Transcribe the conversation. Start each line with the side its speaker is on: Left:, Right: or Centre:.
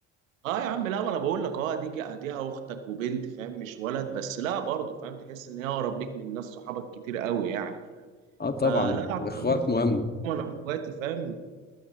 Right: اه يا عم لا ما انا بقول لك اه دي ديها اختك وبنت فاهم مش ولد بس لا برضه فاهم تحس ان هي اقرب ليك من ناس صحابك كتير قوي يعني فاهم
Left: اه طبعا
Right: فلا يا عم،
Left: الاخوات مهم
Right: انا اخواتي فاهم